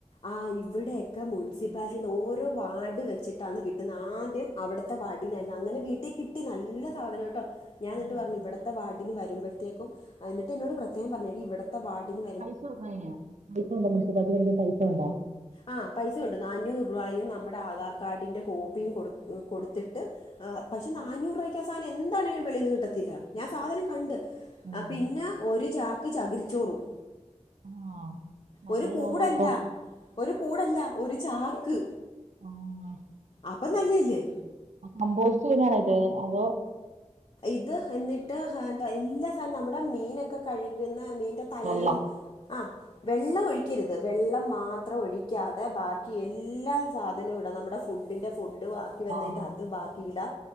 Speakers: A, on the left; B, on the right.
A: ആ ഇവിടെയക്കെ മുൻസിപ്പാലിറ്റിന്ന് ഓരോ വാർഡ് വെച്ചിട്ടാണ് കിട്ടുന്നെ ആദ്യം അവടത്തെ വാർഡിനാരുന്നു അങ്ങനെ വീട്ടി കിട്ടി നല്ല സാധനട്ടോ ഞാന്നിട്ട്
B: ആഹ്
A: പറഞ്ഞു ഇവത്തെ വാർഡിന് വരുമ്പഴ്ത്തേക്കും ന്നിട്ട് എന്നോട് പ്രത്യേകം പറഞ്ഞ് എടി ഇവട ത്ത വാഡിനു
B: പൈസ കൊടുക്കണോ അയിന് പൈസ വേണ്ട മുൻസിപ്പാലിറ്റി മേടിക്കൻ പൈസവേണ്ട
A: ആഹ് പൈസ ഒണ്ട് നാന്നൂറുവ അയിന് നമ്മടെ ആധാർ കാർഡിന്റെ കോപ്പിയും കൊട് കൊടുത്തിട്ട് ആഹ് പക്ഷെ നാന്നൂറുവയ്ക്ക് ആഹ് സാനം എന്താണേലും വെളീന്ന് കിട്ടത്തില്ല. ഞാൻ സാധനം കണ്ട്
B: ഉം
A: പിന്ന ഒരു ചാക്ക് ചകിരിച്ചോറും.
B: ആഹ് നല്ല
A: ഒരു കൂടല്ല
B: ഇതാണല്ലോ ഇപ്പൊ
A: ഒരു കൂടല്ല ഒര് ചാക്ക്.
B: ആഹ്
A: അപ്പ നല്ലേയല്ലേ
B: കമ്പോസ്റ്റ്ന്നെയാണോ ഇത് അതോ
A: ഇത് എന്നിട്ട് എന്താ എല്ലാ സാനോം നമ്മടെ മീനക്കെ കഴുക്ന്ന മീന്റെ തലയും
B: വെള്ളം
A: ആഹ് വെള്ളൊഴിക്കരുത് വെള്ളം മാത്രം ഒഴി ക്കാതെ ബാക്കി എല്ലാ സാധനോം ഇടാം നമ്മടെ ഫുഡിൻ്റെ ഫുഡ് ബാക്കി വന്നേയ്ന്റെ
B: ആഹ്
A: അത് ബാ ക്കിടാം